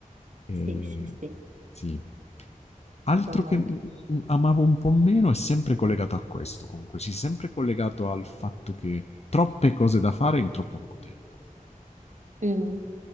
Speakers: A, on the left; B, on the right.
A: Ehm,
B: Sì, sì, sì.
A: sì. Altro
B: Wow.
A: che, mhmm, amavo un po' meno è sempre collegato a questo comunque, sì, sempre collegato al fatto che troppe cose da fare in troppo poco tempo.
B: Mm.